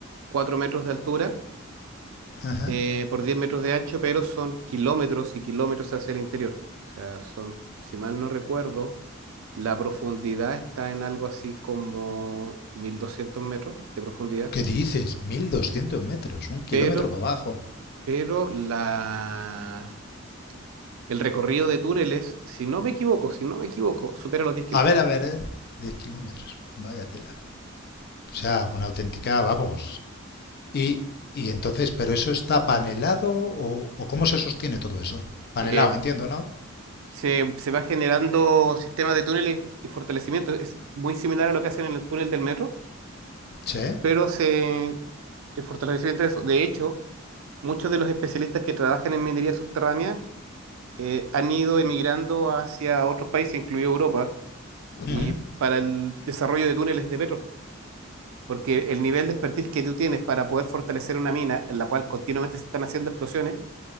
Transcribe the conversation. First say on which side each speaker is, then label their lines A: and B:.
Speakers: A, on the right (about 80°); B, on the left (about 50°).
A: 4 metros de altura
B: Ajá.
A: eh, por 10 metros de ancho, pero son kilómetros y kilómetros hacia el interior. O sea, son, si mal no recuerdo, La profundidad está en algo así como 1200 metros de profundidad,
B: ¿Qué dices? 1200 metros, un kilómetro
A: pero,
B: para abajo.
A: pero la, el recorrido de túneles, si no me equivoco, si no me equivoco, supera los 10 kilómetros.
B: A ver, a ver, ¿eh? 10 kilómetros. Vaya tela. O sea, una auténtica, vamos. Y, y entonces, ¿pero eso está panelado o, o cómo se sostiene todo eso? Panelado,
A: Eh,
B: entiendo, ¿no?
A: se, se va generando sistemas de túneles y fortalecimiento. Es muy similar a lo que hacen en el túnel del metro,
B: Sí.
A: pero se, el fortalecimiento de eso. De hecho, muchos de los especialistas que trabajan en minería subterránea eh, han ido emigrando hacia otros países, incluido Europa y
B: Ujú.
A: para el desarrollo de túneles de metro, porque el nivel de expertise que tú tienes para poder fortalecer una mina en la cual continuamente se están haciendo explosiones